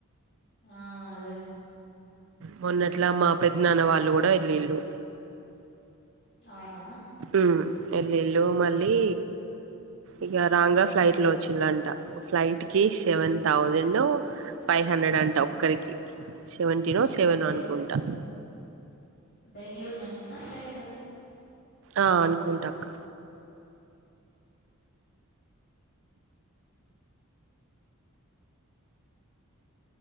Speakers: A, on the left (about 45°); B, on the right (about 60°).
A: ఆ అదే
B: మొన్నట్లా మా పెద్ద నాన్న వాళ్ళు కూడా వెళ్లిళ్ళు
A: అవునా
B: ఉ ఎల్లిల్లు మళ్ళీ ఇగ రాంగ ఫ్లైట్ లో వచ్చిలాంట ఫ్లైట్ కి సెవెన్ థౌజండ్ ఫైవ్ హండ్రెడ్ అంట ఒక్కరికి సెవెంటీనో సెవెనో
A: బెం
B: అనుకుంటా
A: బెంగళూరు నుంచి న ఫ్లైట్
B: ఆ అనుకుంట అక్క